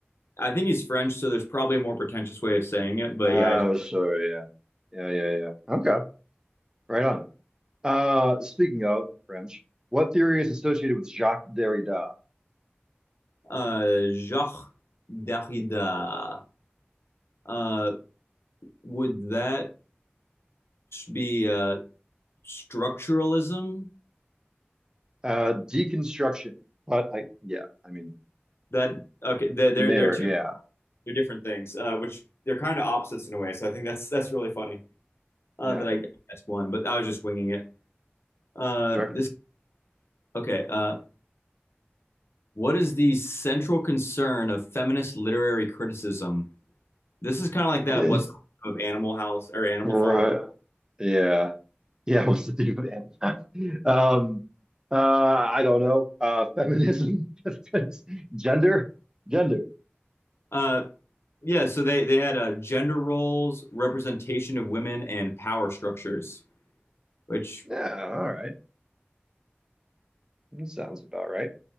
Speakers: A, on the left (about 80°); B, on the right (about 20°).
A: I think he's French, so there's probably a more pretentious way of saying it, but
B: Oh,
A: yeah, I just,
B: sure. Yeah. Yeah, yeah, yeah. Okay. Right on. Uh, speaking of French, what theory is associated with Jacques Derrida?
A: uh, Jacques Derrida. Uh, would that be uh, structuralism?
B: Uh, deconstruction. But I, yeah, I mean,
A: That okay? They're
B: there.
A: they're, they're two
B: Yeah.
A: they're different things, uh, which they're kind of opposites in a way. So I think that's that's really funny uh,
B: Yeah.
A: that I guessed one, but I was just winging it. Uh,
B: Sure.
A: this okay? Uh, What is the central concern of feminist literary criticism? This is kind of like that.
B: <laughs>
A: What's of Animal House or Animal
B: Right.
A: Farm?
B: Yeah. Yeah, what's the deal with Amazon? Um, uh, I don't know. Uh, feminism, <laughs> gender, gender.
A: Uh, yeah. So they they had uh, gender roles, representation of women, and power structures. Which
B: Yeah, all right. That sounds about right.